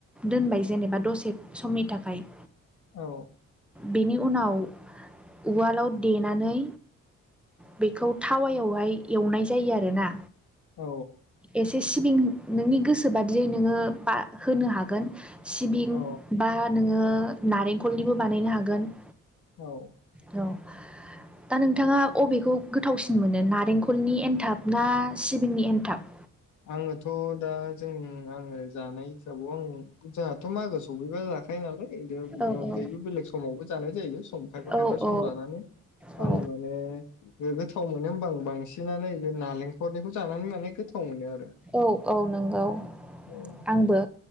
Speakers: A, in the centre; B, on the left.
A: दोनबाय जेनेबा दसे समनि थाखाय।
B: औ।
A: बेनि उनाव उवालाव देनानै बेखौ थावायावहाय एवनाय जायो आरोना
B: औ
A: एसे सिबिं नोंनि गोसो बादियै नोङो बा होनो हागोन। सिबिं
B: औ
A: बा नोङो नारेखलनिबो बानायनो हागोन।
B: औ।
A: औ दा नोंथाङा अबेखौ गोथावसिन मोनो नारेंखलनि एनथाब ना सिबिंनि एनथाब?
B: आंङोथ दा जोंनि आंङो जानाय हिसाबाव आंङो जोंहाथ मागो सफैबा जाखायो नालाय बिदिनो बिनि
A: औ
B: अनगायैबो
A: औ
B: बेलेग समावबो जानाय जायो सम खायफा खायफा
A: औ
B: सम लानानै।
A: औ
B: आं माने गोथाव मोनो होमबा आं बांसिनानो बे नालेंखरनिखौ जानानै माने गोथाव मोनो आरो।
A: औ औ नंगौ
B: औ
A: आंबो।